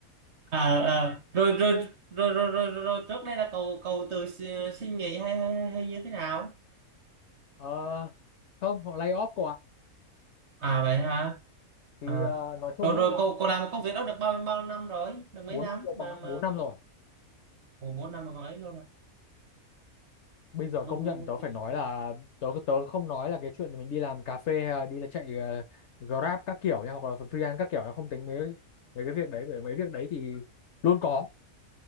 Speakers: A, on the right (about 55°); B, on the left (about 60°).
A: à, à rồi, rồi rồi rồi rồi rồi rồi trước đây là cậu cậu tự xin xin nghỉ hay hay, hay như thế nào
B: Ờ, không họ lay off cậu ạ
A: à vậy hả
B: thì
A: à,
B: ờ, nói chung
A: rồi rồi
B: ấy là
A: cô cô làm công việc đó được bao bao năm rồi được mấy
B: 4
A: năm
B: năm rồi
A: mà
B: cậu ạ
A: mà,
B: bốn năm
A: mà.
B: rồi
A: Ủa, bốn năm mà còn ấy luôn à
B: bây giờ
A: đúng
B: công
A: đúng
B: nhận
A: đúng
B: tớ phải nói là tớ tớ không nói là cái chuyện mình đi làm cà phê hay là đi là chạy ờ, Grab các kiểu nha hoặc là freelance các kiểu là không tính mấy mấy cái việc đấy bởi mấy việc đấy thì luôn có